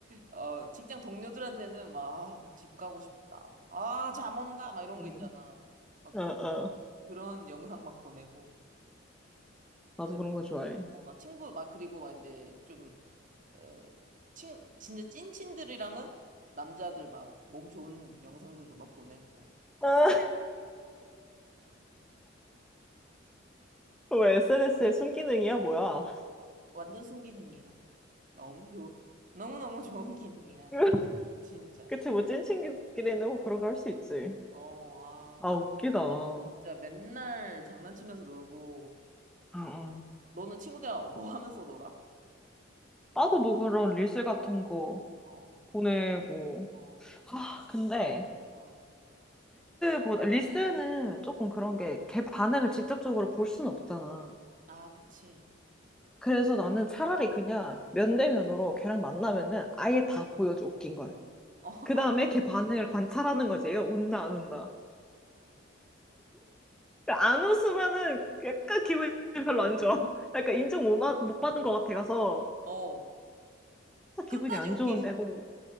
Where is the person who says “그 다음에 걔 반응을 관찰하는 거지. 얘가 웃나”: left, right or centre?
Centre